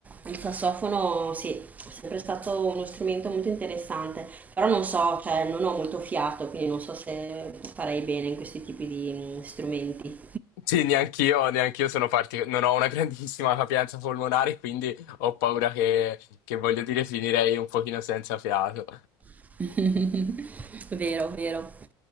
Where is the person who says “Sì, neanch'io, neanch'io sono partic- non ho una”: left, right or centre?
Left